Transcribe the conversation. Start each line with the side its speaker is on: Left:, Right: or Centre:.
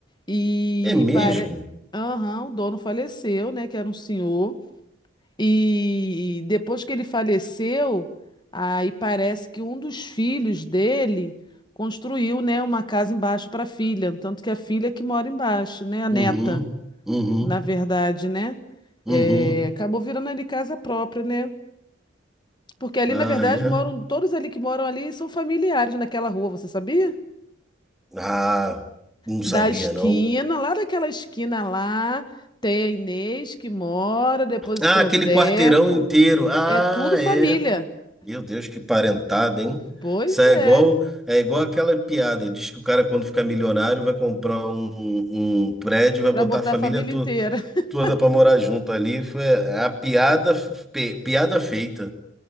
Left: E
Centre: é mesmo?
Left: para... Aham, o dono faleceu, né? Que era um senhor. E depois que ele faleceu, aí parece que um dos filhos dele construiu, né, uma casa embaixo para a filha. Tanto que a filha é que mora embaixo, né? A neta,
Centre: Uhum, uhum,
Left: na verdade, né?
Centre: uhum.
Left: É, acabou virando ali casa própria, né? Porque ali,
Centre: Ah,
Left: na verdade,
Centre: é.
Left: moram, todos ali que moram ali são familiares naquela rua, você sabia?
Centre: Ah, não
Left: da
Centre: sabia
Left: esquina,
Centre: não.
Left: lá daquela esquina lá, tem a Inês que mora, depois
Centre: Ah,
Left: o seu
Centre: aquele
Left: Deco.
Centre: quarteirão inteiro. Ah,
Left: É tudo família.
Centre: é. Meu Deus, que parentada, hein?
Left: Pois
Centre: Isso é
Left: é,
Centre: igual, é igual aquela piada. Diz que o cara, quando ficar milionário, vai comprar um, um prédio e vai
Left: para
Centre: botar
Left: botar
Centre: a família
Left: a família
Centre: to-
Left: inteira. <laughs>
Centre: toda pra morar junto ali. Foi a piada, fe- piada feita.